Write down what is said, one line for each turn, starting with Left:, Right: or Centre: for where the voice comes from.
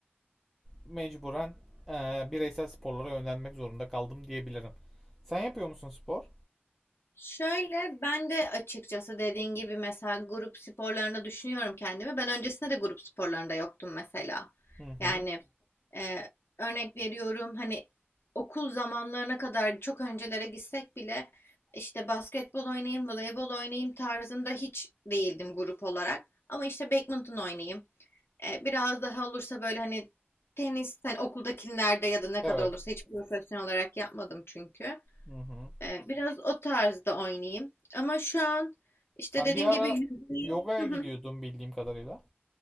Centre: mecburen ee, bireysel sporlara yönlenmek zorunda kaldım diyebilirim. Sen yapıyor musun spor?
Left: Şöyle ben de açıkçası dediğin gibi mesela grup sporlarında düşünüyorum kendimi. Ben öncesinde de grup sporlarında yoktum mesela.
Centre: Hı hı.
Left: Yani e, örnek veriyorum hani okul zamanlarına kadar çok öncelere gitsek bile işte basketbol oynayayım, voleybol oynayayım tarzında hiç değildim grup olarak. Ama işte badminton oynayayım. E, biraz daha olursa böyle hani tenis hani okuldakilerde ya da ne
Centre: Evet.
Left: kadar olursa hiç profesyonel olarak yapmadım çünkü.
Centre: Hı hı.
Left: Ee, biraz o tarzda oynayayım. Ama şu an işte
Centre: Sen
Left: dediğin
Centre: bir ara
Left: gibi yüzmeyi...
Centre: yogaya
Left: Hı
Centre: gidiyordun
Left: hı.
Centre: bildiğim kadarıyla.